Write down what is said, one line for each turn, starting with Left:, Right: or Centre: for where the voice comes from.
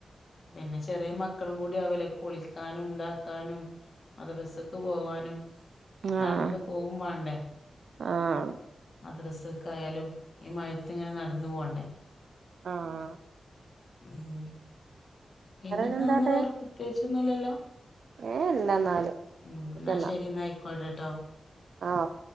Left: പിന്നെ ചെറിയ മക്കളും കൂടി അവല കുളിക്കാനും ഉണ്ടാക്കാനും മദ്രസക്ക് പോവാനും നടന്ന
Right: ആഹ്
Left: പോകും വേണ്ടേ
Right: ആഹ്
Left: മദ്രസക്ക ആയാലും ഈ മഴത്ത് ഇങ്ങനെ നടന്നു പോകണ്ടേ
Right: ആഹ്
Left: മം പിന്നെന്നാന്ന
Right: വേറെന്താണ്
Left: വേറെ പ്രത്യേകിച്ചൊന്നും ഇല്ലല്ലോ
Right: ഏഹ് ഇല്ലന്നാല്
Left: എന്നാ
Right: ഓക്കെന്നാ
Left: ശരി എന്നയിക്കോട്ടട്ടോ
Right: ആഹ്